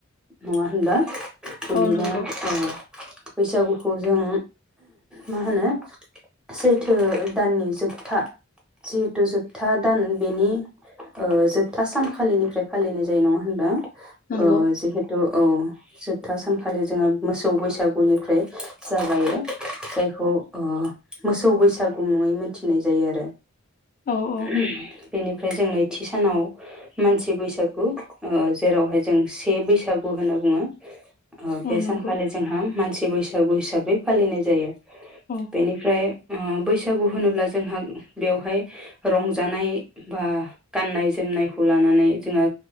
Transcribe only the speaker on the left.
औ नंगौ
नंगौ
औ औ
औ नंगौ
औ